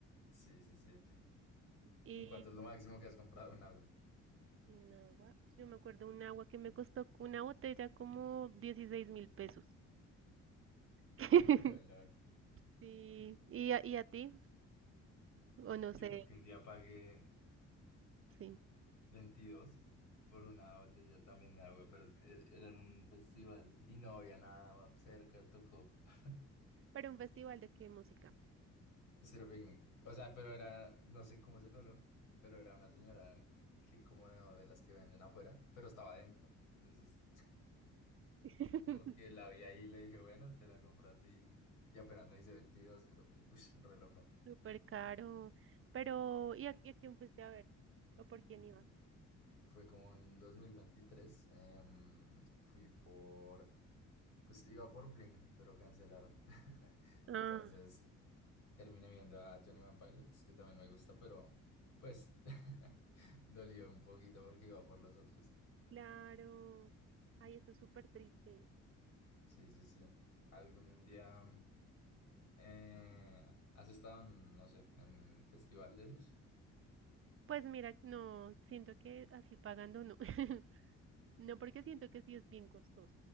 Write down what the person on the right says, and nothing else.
Y
en agua, yo me acuerdo un agua que me costó una botella como dieciséis mil pesos. <laughs>
Sí, ¿y a, y a ti? O no
sé,
sí.
Pero un festival de qué música.
<laughs>
Súper caro. Pero, ¿y a, y a quién fuiste a ver? ¿O por quién ibas?
Ah,
Claro. Ay, eso es súper triste.
Pues mira, no, siento que así pagando no. <laughs> No, porque siento que sí es bien costoso.